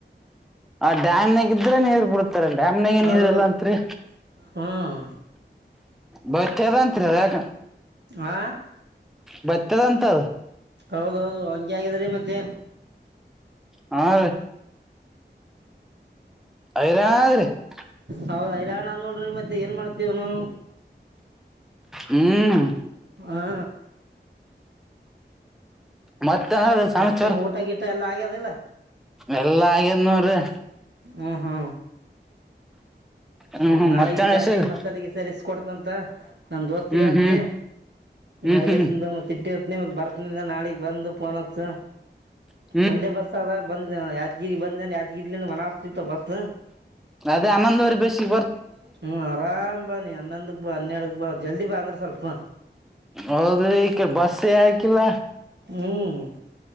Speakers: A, in the centre; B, on the right (about 70°).
A: ಆ ಡಾಮ್ನಾಗ ಇದ್ರೇ ಹೇಬಡುತ್ತೆ ಡ್ಯಾಮ್ನ
B: ಹೌದೌದು
A: ನ್ಿದ್ರಲ್ಲಾ ಅತ್ರಿ
B: ಹ್ಞೂ
A: ಬದಂತ್ರಿ ಅದಾಗ
B: ಆ
A: ಬರ್ತದಂತದ
B: ಹೌದೌದು ಹಂಗೆ ಆಗಿದ್ರಿ ಮತ್ತೆ
A: ಹಾ ಯರಾರ ರ <unintelligible>
B: ಹೌದ ಹೈರಾಣ ನೋಡ್ರಿ ಮತ್ತೆ ಏನ್ ಮಾಡ್ತೇವ್ನು
A: ಹ್ಮ್
B: ಹಾ
A: ಮತ್ತೇನ್ರೀ ಸಮಾಚಾರ
B: ಮತ್ತೇನ ಊಟ ಗೀಟ ಎಲ್ಲ ಆಗ್ಯದಿಲ್ಲ
A: ಎಲ್ಲ ಆಗೈದ್ ನೋಡ್ರಿ
B: ಹ್ಮ ಹೂ
A: ಹ್ಮ್
B: ಮತ್
A: ಹ್ಮ್
B: ನಾಳೆಗ
A: ಮತ್ತೇನ್
B: ಬರ್ರಿ
A: ವಿಷಯ
B: ಮಸಾಲೆ ಗಿಸಲೇ ಇಸ್ ಕೊಡತಾ ನಂತ ನಮ್ ದೋಸ್ತಿಗಪನೇ
A: ಹ್ಮ್ ಹ್ಮ್ ಹ್ಮ್
B: ಈಗ್
A: ಹ್ಮ್
B: ಮ ಇಟ್ಟಿರ್ತ್ನ ಮತ್ತ ಬರ್ತನ ನಾಳಗ್ ಬಂದು ಪೋನ್ ಹಚ್ಚು
A: ಹ <inaudible>
B: ಒಂದೇ ಬಸ್ ಅದ ಬಂದ್ ಯಾದ್ಗಿರಿ ಬಂದ ಅ ಯಾದಗಿರಿಲಿಂದ ಮನ ಹಸ್ತಿತ್ತು ಬಸ್
A: ಅದೇ ಅನಂದವರೆ ಬಸಿ
B: ಹ್ಮ್ ಆರಾಮ್ ಬಾ ನೀ ಹನ್ನೊಂದಕ್ ಬಾ ಹನ್ನೆರಡುಕ್ ಬಾ ಜಲ್ದಿ ಬಾ ಅಂದ್ರ ಸ್ವಲ್ಪ
A: ಹೌದ್ರಿ ಈಕ ಬಸ್ಸೇ ಹಾಕಿಲ್ಲ
B: ಹ್ಮ್